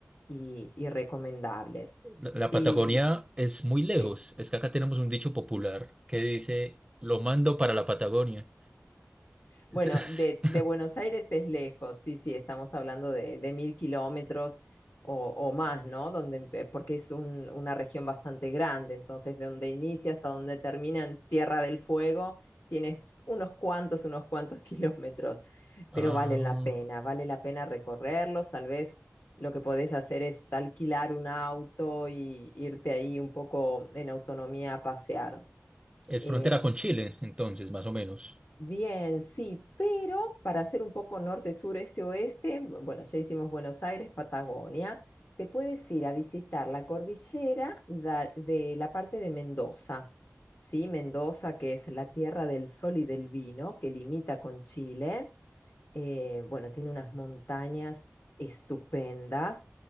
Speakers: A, on the left (about 65°); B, on the right (about 20°).
A: y, y recomendables.
B: La,
A: Sí,
B: la Patagonia es muy
A: sí.
B: lejos. Es que acá tenemos un dicho popular que dice, lo mando para la Patagonia. <laughs>
A: Bueno, de, de Buenos Aires es lejos, sí, sí, estamos hablando de, de mil kilómetros o, o más, ¿no? Donde, empe- porque es un- una región bastante grande, entonces de donde inicia hasta donde termina en Tierra del Fuego, tienes unos cuantos, unos cuantos <laughs> kilómetros,
B: Ah,
A: pero valen la pena, vale la pena recorrerlos, tal vez lo que podés hacer es alquilar un auto y irte ahí un poco en autonomía a pasear.
B: es
A: em,
B: frontera con Chile, entonces, más o menos.
A: Bien, sí, pero para hacer un poco norte, sur, este, oeste, bueno, ya hicimos Buenos Aires, Patagonia, te puedes ir a visitar la cordillera da- de la parte de Mendoza, ¿sí? Mendoza, que es la tierra del sol y del vino, que limita con Chile. Eh, bueno, tiene unas montañas estupendas.